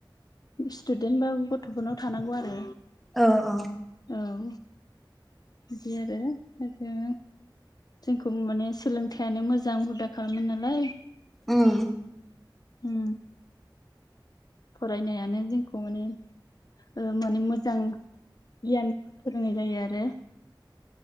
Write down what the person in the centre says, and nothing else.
औ औ
उम